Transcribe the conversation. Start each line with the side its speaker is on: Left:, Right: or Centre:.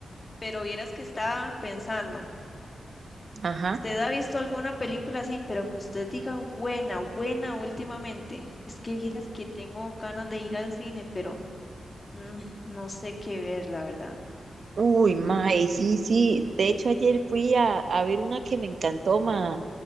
Left: Pero vieras que estaba pensando,
Right: Ajá.
Left: ¿usted ha visto alguna película así, pero que usted diga buena, buena últimamente? Es que vieras que tengo ganas de ir al cine, pero mm, no sé qué ver, la verdad.
Right: Uy, mae, sí, sí. De hecho, ayer fui a, a ver una que me encantó, mae.